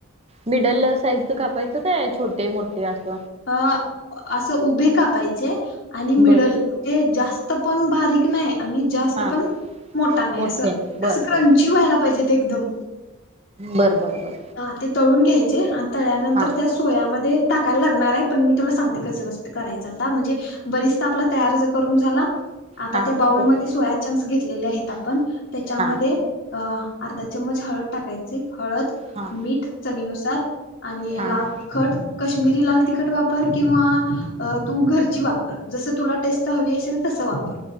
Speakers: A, on the right; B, on the left.
A: मिडल साईज कापायचं काय छोटे मोठे अस
B: अ असं उभे कापायचे आणि मिडल
A: बर
B: म्हणजे जास्त तर पण बारीक नाही आणि जास्त
A: हा
B: पण मोठा नाही,
A: मोठे
B: अस अस
A: बर
B: क्रंची
A: बर
B: व्हायला पाहिजेत एकदम
A: बर बर बर
B: हा ते तळून घ्यायचे अन तळल्यानंतर
A: हा
B: त्या सोयामध्ये टाकायला लागणार आहे, पण मी तुला सांगते कसं कसं ते करायचं आता म्हणजे, बरिस्ता आपला तयार जर करून झाला आता
A: हा
B: त्या बाउल
A: बरोबर
B: मध्ये सोया चंक घेतलेले आहेत आपण त्याच्यामध्ये
A: हा
B: अ अर्धा चमच हळद टाकायची हळद मीठ
A: हा
B: चवीनु <unintelligible> आणि
A: हा
B: लाल तिखट कश्मीरी लाल तिखट वापर किंवा अ तू घरची वापर जसं तुला टेस्ट हवी असेल तसं वापर.